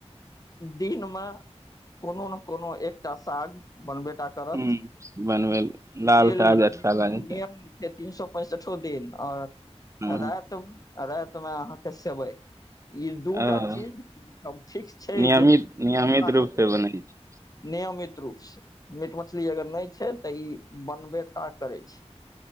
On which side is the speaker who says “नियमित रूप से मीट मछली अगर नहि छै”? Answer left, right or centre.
Left